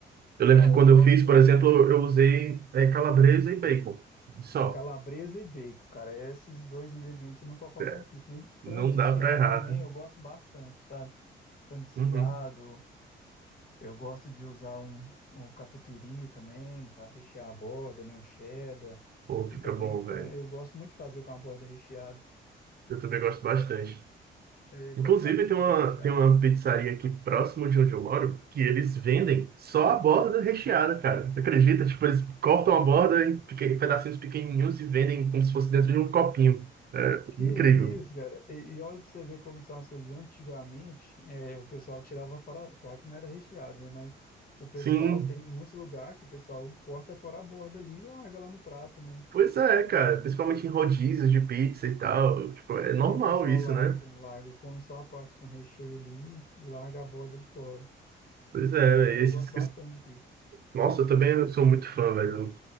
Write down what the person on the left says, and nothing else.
Ah,
eu gosto
de
calabresa e bacon, cara. Esses dois ingredientes não pode faltar
em pizza. E
frango desfiado
também
eu gosto bastante, sabe? Frango desfiado,
Eu gosto de usar um, um catupiry também para rechear a borda, né? Um cheddar.
Fica
bem,
fica
bem. Eu gosto muito de fazer com a borda recheada.
Eu gosto
da pizza
caprichada.
Que
isso, cara. E, e olha para você ver como são as coisas. Antigamente, é, o pessoal tirava fora. Claro que não era recheado, né? Mas o pessoal
tem muitos lugares que o pessoal corta fora a borda ali e larga lá no prato, né?
É,
é, o pessoal
larga,
larga, come só a parte com recheio ali e larga a borda de fora.
Mas eu
gosto bastante de pizza.